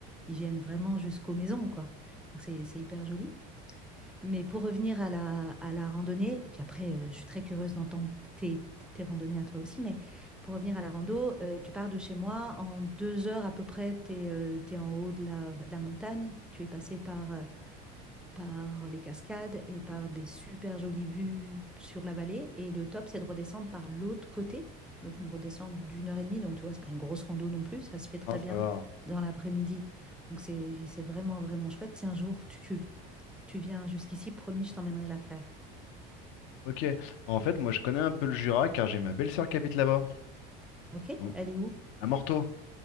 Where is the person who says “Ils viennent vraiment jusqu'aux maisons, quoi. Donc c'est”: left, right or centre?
Centre